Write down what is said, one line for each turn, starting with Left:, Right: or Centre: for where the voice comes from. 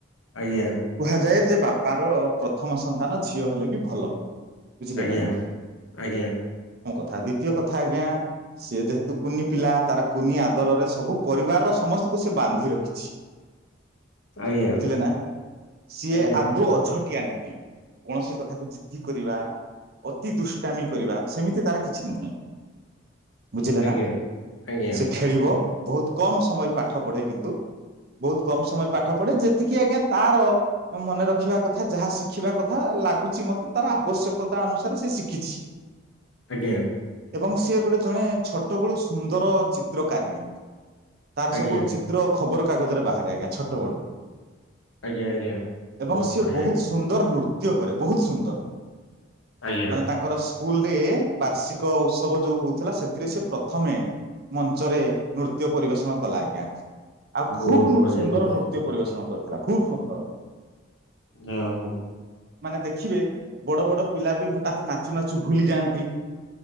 Left: ଆଜ୍ଞା
Right: କୁହାଯାଏ ଯେ ବାପାର ପ୍ରଥମ ସନ୍ତାନ ଝିଅ ହେଲେ ବି ଭଲ। ବୁଝିଲେ
Left: ଆଜ୍ଞା
Right: ନା ନାଇଁ
Left: ଆଜ୍ଞା।
Right: <unintelligible> ଦ୍ଵିତୀୟ କଥା ଆଜ୍ଞା ସେ ଯେହେତୁ କୁନି ପିଲା ତାର କୁନି ଆଦରରେ ସବୁ ପରିବାରର ସମସ୍ତଙ୍କୁ ସେ ବାନ୍ଧି ରଖିଛି।
Left: ଆଜ୍ଞା
Right: ବୁଝିଲେ ନା ସିଏ
Left: ଆଜ୍ଞା
Right: ଆଦୌ ଅଝଟିଆ ନୁ କୌଣସି କଥାକୁ ଜିଦ୍ଦି କରିବା ଅତି ଦୁଷ୍ଟାମି କରିବା ସେମିତି ତାର କିଛି ନୁହେଁ। ବୁଝିଲେ
Left: ଆଜ୍ଞା
Right: ନା
Left: ଆଜ୍ଞା ଆଜ୍ଞା
Right: ସେ ଖେଳିବ ବହୁତ କମ ସମୟ ପାଠ ପଢେ କିନ୍ତୁ ବହୁତ କମ ସମୟ ପାଠ ପଢେ ଯେ ଏତିକି ଆଜ୍ଞା ତାର ମନେ ରଖିବା କଥା ଯାହା ଶିଖିବା କଥା ଲାଗୁଛି ମତେ ତାର ଆବଶ୍ୟକତା ଅନୁସାରେ ସେ ଶିଖିଛି।
Left: ଆଜ୍ଞା।
Right: ଏବଂ ସିଏ ଗୋଟେ ଜଣେ ଛୋଟ ବେଳୁ ସୁନ୍ଦର ଚିତ୍ରକାରିଣୀ। ତାର
Left: ଆଜ୍ଞା
Right: ସବୁ ଚିତ୍ର ଖବର କାଗଜରେ ବାହାରେ ଆଜ୍ଞା ଛୋଟ ବେଳୁ।
Left: ଆଜ୍ଞା ଆଜ୍ଞା।
Right: ଏବଂ ସିଏ
Left: ବଢିଆ
Right: ବହୁତ
Left: ଆଜ୍ଞା
Right: ସୁନ୍ଦର ନୃ ତ୍ୟ କରେ ବହୁତ ସୁନ୍ଦର।
Left: ଆଜ୍ଞା
Right: ମାନେ ତାଙ୍କର ସ୍କୁଲ ରେ ବାର୍ଷିକ ଉତ୍ସବ ଯୋଉ ହଉଥିଲା ସେଥିରେ ସେ ପ୍ରଥମେ ମଞ୍ଚରେ ନୃତ୍ୟ ପରିବେଷଣ କଲା ଆଜ୍ଞା। ଆଉ
Left: ବହୁତ
Right: ଖୁବ
Left: ବଢିଆ
Right: ସୁନ୍ଦର
Left: ଆଜ୍ଞା
Right: ନୃତ୍ୟ ପରିବେଷଣ କରିଛି। <unintelligible>
Left: ଆ ହୋ।
Right: ମାନେ ଦେଖିବେ ବଡ ବଡ ପିଲା ବି ହଠାତ ନାଚୁ ନାଚୁ ଭୁଲି ଯାଆନ୍ତି।